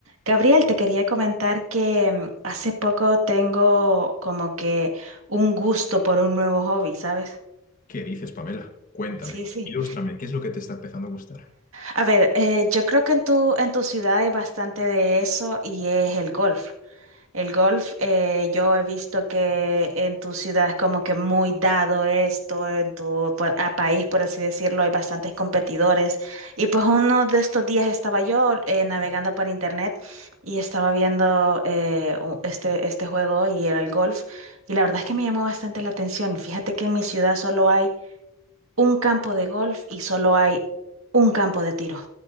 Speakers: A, on the right; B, on the left.
A: Gabriel, te quería comentar que mm, hace poco tengo como que un gusto por un nuevo hobby, ¿sabes?
B: ¿Qué dices, Pamela? Cuéntame,
A: Sí, sí.
B: ilústrame, ¿qué es lo que te está empezando a gustar?
A: A ver, eh, yo creo que en tu, en tu ciudad hay bastante de eso y es el golf. El golf, eh, yo he visto que en tu ciudad es como que muy dado esto, en tu por- a país, por así decirlo, hay bastantes competidores. Y pues uno de estos días estaba yo eh, navegando por internet y estaba viendo eh, u- este, este juego y era el golf. Y la verdad es que me llamó bastante la atención. Fíjate que en mi ciudad solo hay un campo de golf y solo hay un campo de tiro.